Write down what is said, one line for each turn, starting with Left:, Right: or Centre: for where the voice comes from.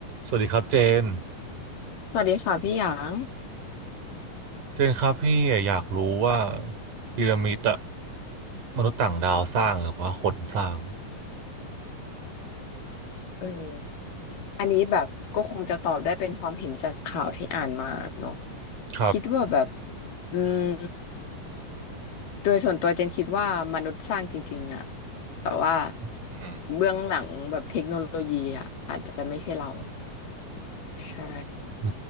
Right: สวัสดีครับเจน
Left: สวัสดีค่ะพี่หยาง
Right: เจนครับพี่อยากรู้ว่าพีระมิดอะมนุษย์ต่างดาวสร้างหรือว่าคนสร้าง
Left: เอออันนี้แบบก็คงจะตอบได้เป็นความเห็นจากข่าวที่อ่านมาเนาะ
Right: ครับ
Left: คิดว่าแบบอืมโดยส่วนตัวเจนคิดว่ามนุษย์สร้างจริงๆอะแต่ว่า
Right: อืม
Left: เบื้องหลังแบบเทคโนโลยีอะอาจจะไม่ใช่เราใช่
Right: อื